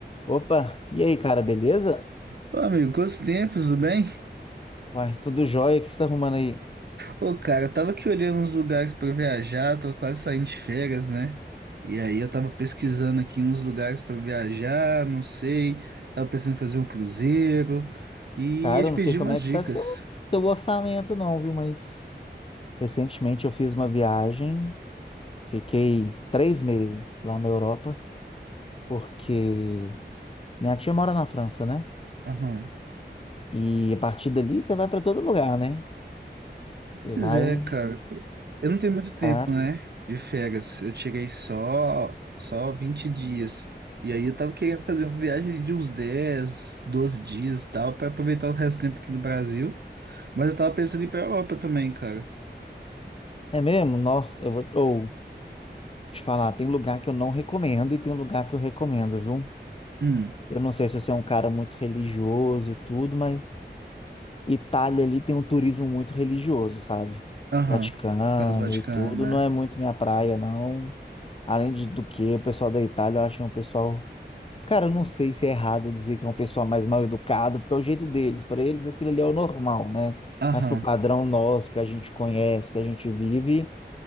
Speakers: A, on the left (about 30°); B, on the right (about 65°).
A: Opa, e aí, cara, beleza?
B: Ô, amigo, quantos tempos, tudo bem?
A: Uai, tudo jóia, o que você tá arrumando aí?
B: Ô, cara, eu tava aqui olhando uns lugares pra viajar, tô quase saindo de férias, né? E aí eu tava pesquisando aqui uns lugares pra viajar, não sei, tava pensando em fazer um cruzeiro e
A: Cara,
B: ia te
A: eu
B: pedir
A: não sei como
B: umas
A: é
B: dicas.
A: que tá seu, seu orçamento não, viu? Mas recentemente eu fiz uma viagem, fiquei três meses lá na Europa, porque minha tia mora na França, né?
B: Aham.
A: E a partir dali você vai pra todo lugar, né? Você
B: Pois
A: vai,
B: é, cara, eu não tenho muito tempo,
A: cara,
B: né, de férias, eu tirei só, só 20 dias. E aí eu tava querendo fazer uma viagem de uns 10, 12 dias e tal, pra aproveitar o resto do tempo aqui no Brasil. Mas eu tava pensando em ir pra Europa também, cara.
A: é mesmo? Nossa, eu vou ou, te falar, tem lugar que eu não recomendo e tem lugar que eu recomendo, viu?
B: Hum,
A: Eu não sei se você é um cara muito religioso e tudo, mas... Itália ali tem um turismo muito religioso, sabe?
B: aham.
A: Vaticano
B: Por causa do Vaticano,
A: e tudo,
B: né?
A: não é muito minha praia, não. Além de, do que, o pessoal da Itália, eu acho um pessoal. Cara, eu não sei se é errado dizer que é um pessoal mais mal educado, porque é o jeito deles. Para eles, aquilo ali é o normal, né?
B: Aham.
A: Mas pro padrão nosso, que a gente conhece, que a gente vive,